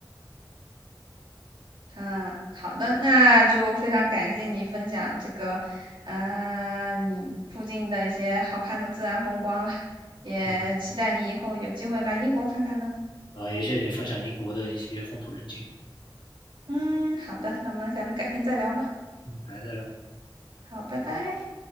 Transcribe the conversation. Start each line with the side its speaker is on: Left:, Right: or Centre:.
Right: 嗯，好的，那就非常感谢你分享这个，呃，你附近的一些好看的自然风光了，也期待你以后有机会来英国看看呢。
Left: 嗯。啊，呃也谢谢你分享英国的一些风土人情，
Right: 嗯，好的，那么咱们改天再聊吧。
Left: 嗯，改得了。
Right: 好，拜拜。